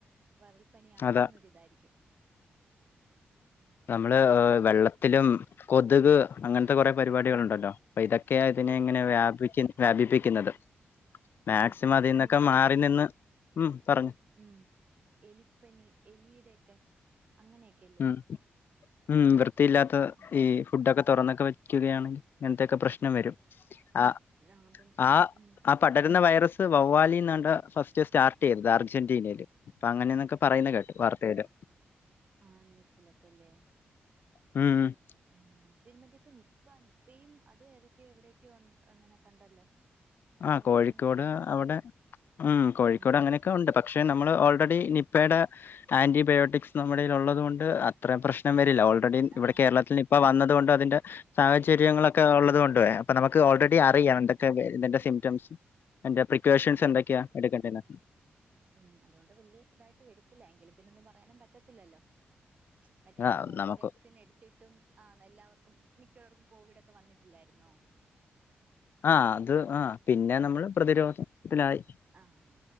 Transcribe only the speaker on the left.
അതാ
നമ്മള്ഹ
വെള്ളത്തിലും കൊതുക് അങ്ങൻത്ത
കൊറെ പരിപാടികള്ണ്ടല്ലോ അപ്പ ഇതൊക്കെയ ഇതിനെ
ഇങ്ങനെ
വ്യാപി വ്യാപിപ്പിക്കുന്നത് മാക്സിമം
ഇതിന്നൊക്കെ
മാ റി നിന്ന് ഉം പറ
ഉം ഉം വൃത്തിയില്ലാത്ത
ഈ ഫുഡൊക്കെ തൊറന്നൊക്കെ വെക്കുകയാണ് ഇങ്ങൻത്തെയൊക്കെ പ്രശ് നം വരും. അഹ്
ആഹ്
അഹ് പടരുന്ന വൈറസ് വവ്വാലിന്നാണ്ടാ ഫസ്റ്റ് സ്റ്റാർട്ടെയ്തത് അർജന്റീനയില്. അപ്പങ്ങനേന്നൊക്കെ പറയുന്ന കേട്ടു വാർത്തേല്.
ഉം. ഉം
ആ
കോഴിക്കോട്
അവിടെ ഉം കോഴിക്കോട്
അങ്ങനെയൊക്കെ
ഉണ്ട് പക്ഷെ നം നമ്മള് ഓൾറെഡി നിപ്പയുടെ ആന്റിബയോട്ടിക്സ് നമ്മുടെൽ ഉള്ളത് കൊണ്ട് അത്രേം പ്രശ്നം വരില്ല. ഓൾ റെടീ ഇവിടെ
കേരളത്തിൽ നിപ്പ വന്നത് കൊണ്ട് അതിന്റെ സാഹചര്യങ്ങളൊക്കെ ഒള്ളത് കൊണ്ടുവേ പ്പ നമുക്ക് ഓൾറെഡി അറിയാം.
എന്തൊക്കെ ഇതിന്റെ സിംറ്റംസ് ഇതിന്റെ പ്രിക്കോഷൻസ്
എന്തൊക്കെയാന്ന് എടുക്കണ്ടേന്ന്
ആ
നമുക്ക്
ആഹ് അത് ആ പിന്നെ നമ്മള് പ്രതിരോധത്തിലായി